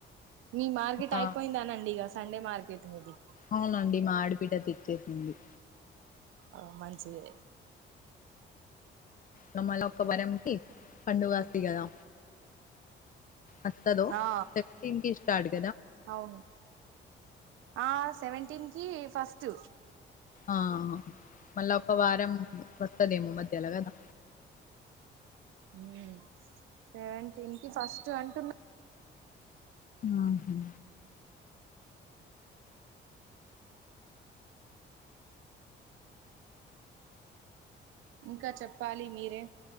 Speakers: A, on the right; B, on the left.
A: మీ మార్గెట్
B: ఒక
A: అయిపోయిందానండి ఇగ సండే మార్కెట్ మది
B: అవునండి మా ఆడబిడ్డ ఇచ్చేసింది
A: ఆ మంచిదే
B: నావల్ల ఒక వరం కి పండుగ ఉంది కదా వస్తాడో
A: ఆ
B: చెప్పింది ఇస్తాడో
A: అవును ఆ సెవెంటీన్ కి ఫస్ట్
B: ఆ మళ్ళా ఒక వారం వస్తదేమో మధ్యలా కదా
A: ఉ సెవెన్టీన్ కి ఫస్ట్ అంటున్నా
B: ఆహా
A: ఇంకా చెప్పాలి మీరే